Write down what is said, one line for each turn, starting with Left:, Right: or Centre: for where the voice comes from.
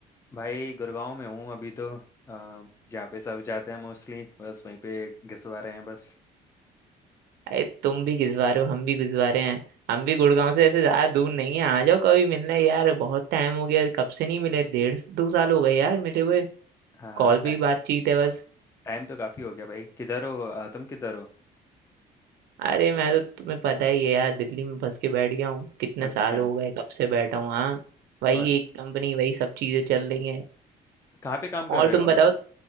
Left: भाई गुड़गांव में हूँ अभी तो अ, जहाँ पे सब जाते हैं मोस्टली बस वहीं पे घिसवा रहे हैं बस
Right: अरे तुम भी घिसवारे हो हम भी घिसवारे हैं हम भी गुड़गांव से ऐसे ज्यादा दूर नहीं है आ जाओ कभी मिलने यार बहुत टाइम हो गया कब से नहीं मिले डेढ़ दो साल हो गए यार मिले हुए
Left: हाँ
Right: कॉल पे
Left: टाइम
Right: ही बातचीत है बस
Left: टाइम तो काफ़ी हो गया भाई किधर हो अ, तुम किधर हो
Right: अरे मैं तो तुम्हें पता ही है यार दिल्ली में फंस के बैठ गया हूँ कितने
Left: अच्छा
Right: साल हो गए कब से बैठा हूँ हाँ वही
Left: और
Right: एक कंपनी वही सब चीजें चल रही हैं
Left: कहाँ पे काम
Right: और
Left: कर रहे
Right: तुम
Left: हो
Right: बताओ